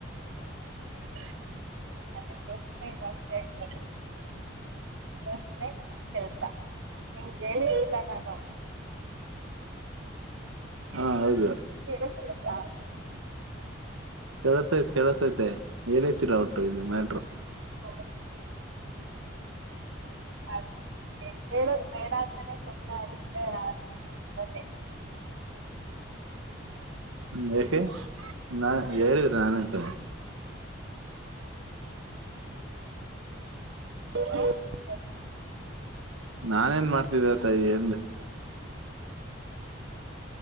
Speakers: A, on the right (about 85°); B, on the right (about 65°).
A: <inaudible>
B: ಅದೇ ತಸ್ ಜಾಸ್ತಿ ಆಗ್ತ ಯೋಚನೆ ಕೆಲ್ಸ ನಿಂಗಗೆ ಹೇಳಿರ್ಲಿಲ್ಲ ನಾನು
A: ಹಾ ಹೌದು
B: ಕೇಳುತ್ತಿದ್ದೀಯಾ
A: ಕಸಐತ್ ಕೇಳೋತೈತೆ ಹೇಳೇತಿಲ್ಲ ಒಟ್ಟು ಇ ಮ್ಯಾಟರು
B: ಹೌ ಅದೇ ಹೇಳ ಬೇಡ ಅಂತಾನೇ ಸುಪ್ಪ ಆಗುತ್ತೆ ಮತ್ತೆ
A: ಹ್ಮ್ ಯಏಕೆ ನಾ ಹೇಳಿದ್ರಿ ನಾನಂತ
B: <unintelligible>
A: ನಾನೇನ್ ಮಾಡ್ತಿದ್ದೆ ತಾಯ ಎಂದ